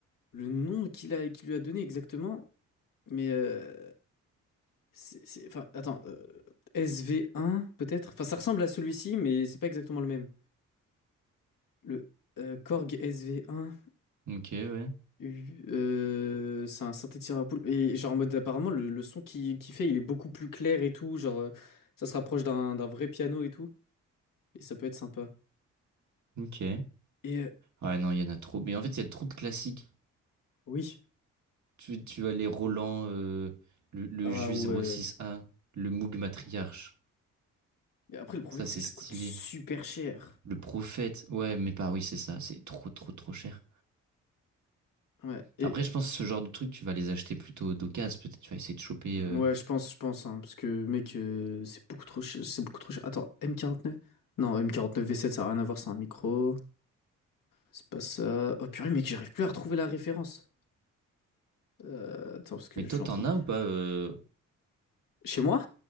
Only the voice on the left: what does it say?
le nom qu'il a, qu'il lui a donné exactement, mais euh, c'est, c'est- enfin attends, euh, SV1 peut-être? Enfin ça ressemble à celui-ci, mais c'est pas exactement le même. Le euh, Korg SV1,
U- euh, c'est un synthétiseur à poule. Et genre en mode apparemment le, le son qu'il qu'il fait il est beaucoup plus clair et tout, genre euh, ça se rapproche d'un d'un vrai piano et tout, et ça peut être sympa.
Et euh,
oui,
ah ouais.
Et après, le problème,
c'est que
ça coûte super cher.
Ouais, et
euh,
ouais, je pense, je pense, hein, parce que mec, euh, c'est beaucoup trop cher, c'est beaucoup trop cher. Attends, m quarante neuf Non, m quarante neuf V7, ça a rien à voir, c'est un micro. C'est pas ça. Oh purée, mec, j'arrive plus à retrouver la référence. Euh, attends, parce que
je
suis
en train.
Chez moi?